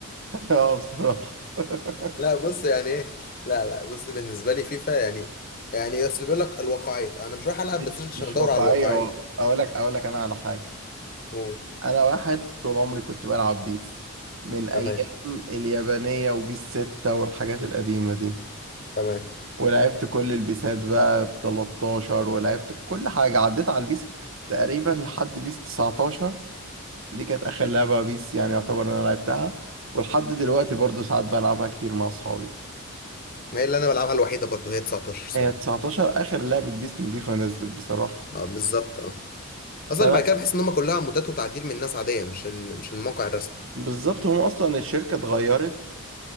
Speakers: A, on the right; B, on the left.
A: اه بصراحة <laughs>
B: <laughs> لا بص يعني ايه لا لا بص بالنسبه لي فيفا يعني يعني اصل بيقول لك الواقعيه انا مش رايح العب
A: مش
B: بلاي ستيشن عشان
A: مش
B: ادور
A: واقعية
B: على الواقعيه
A: اقول لك اقول لك انا على حاجة
B: قول
A: انا واحد طول عمري كنت بلعب بيس من ايام
B: تمام
A: اليابانية وبيس ستة والحاجات القديمة دي
B: تمام
A: ولعبت كل البيسات بقى ب 13 ولعبت كل حاجة عديت على البيس تقريبا لحد بيس 19 دي كانت اخر لعبة بيس يعني يعتبر إن انا لعبتها ولحد دلوقتي برضو ساعات بلعبها كتير مع اصحابي
B: ما هي اللي انا بلعبها الوحيده برضو هي 19 صراحه
A: هي 19 اخر لعبة بيس نضيفة نزلت بصراحة
B: اه بالظبط اه اصلا
A: فانا
B: اللي بعد كده بحس ان هم كلها مودات وتعديل من ناس عاديه مش ال... مش الموقع الرسمي
A: بالظبط هم اصلا الشركة اتغيرت